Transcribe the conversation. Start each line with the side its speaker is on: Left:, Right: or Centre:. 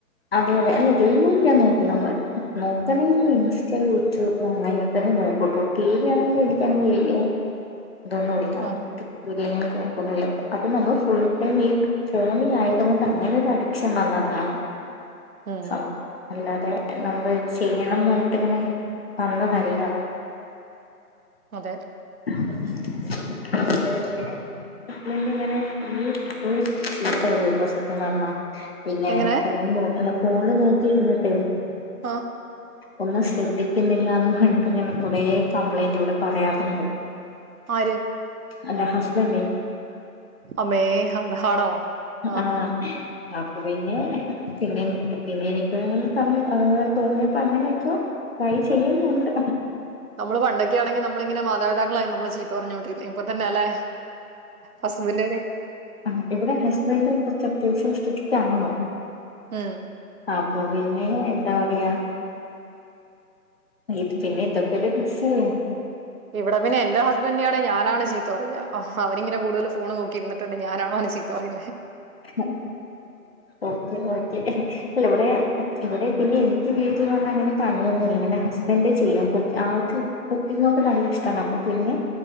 Left: അതെ അതെ അല്ല ഗെയിമൊന്നും ഞാൻ നോക്ക നമ്മ നോക്കണെങ്കിൽ ഇൻസ്റ്റ യൂട്യൂബ് അങ്ങനെ തന്നെ നോക്ക ട്ടോ ടി വി ആണെങ്കിൽ എനിക്കങ്ങനെ വെല്യ ഇതൊന്നുല്ല
Right: ആ
Left: <unintelligible> കൊഴപ്പൊന്നുല്ല അപ്പം നമ്മൾ ഫുൾ ടൈം ഈ ഫോണില് ആയത് കൊണ്ട് അങ്ങനെ ഒരു അഡിക്ഷൻ വന്നതാണ്
Right: ഉം
Left: സം അല്ല ത്തെ നമ്മള് ചെയ്യണം വേണ്ടിട്ട് ഇങ്ങനെ വന്നതല്ല
Right: അതെ
Left: ഇങ്ങനെ ഹസ്ബന്റ് ഇങ്ങനെ <unintelligible> <unintelligible> ഇങ്ങനെ
Right: എങ്ങനെ
Left: ഫോൺ നോക്കി അല്ല ഫോണില് നോക്കിയിരുന്നിട്ടെയ്
Right: ആഹ്
Left: ഒന്നും ശ്രദ്ധിക്കുന്നില്ലാന്ന് കണ്ടിട്ട് ഇങ്ങനെ കൊറേ കംപ്ലൈൻറ് ഇവടെ പറയാറുണ്ട്
Right: ആര്?
Left: അല്ല ഹസ്ബന്റെയ്
Right: അമ്മേ ഹ-ത ഹാണോ ആഹാ
Left: ആഹ് അപ്പൊ പിന്നെ പിന്നെ പിന്നെ എനിക്ക് നിങ്ങ ത തോന്നിയപ്പോ അങ്ങനെ ആയിക്കോ ട്രൈ ചെയ്യുന്നുണ്ട്
Right: നമ്മള് പണ്ടൊക്കൊണെങ്ക നമ്മളിങ്ങനെ മാതാപതളായി നമ്മള് ചീത പറഞ്ഞുകൊണ്ടിരിക്ക ഇപ്പൊ തന്നെ അല്ലേ ഹസ്ബന്ഡ വരെ
Left: ആ ഇവിടെ ഹസ്ബൻഡന്റെ കുറത്ത് അത്യാവഷൻ സ്ട്രിറ്റ്ണോ
Right: ഉം
Left: അപ്പൊ പിന്നെ എന്താ പറയാ ഇത് പിന്നെ ഇന്തൊക്കെ ബസ്സല്ലേ
Right: ഇവിടെ പിന്നെ എന്റെറെ ഹസ്ബൻറി ആാണ് ഞാനാണ്ീ ചീ പറയാ അവന ഇങ്ങനെ കൂടുതൽ ഫോണ് നോക്കിുണ്ട് ഞാനാണോ അന ചീത്ത പറയേ
Left: ഓ ഓേ അ ഇവിടെ ഇവിടെ പിന്നെ എനിക്ക് വീട്ടിൽ അ അങ്ങനെ പണിയൊന്നുംുമല്ലെങ്ങെ ഹസ്ബൻഡ് ചെയ്യും ആൾക്ക് കുക്കിങ്ങ ഒക്കെ നല്ല ഇഷ്ടമാണ് അപ്പ പിന്നെ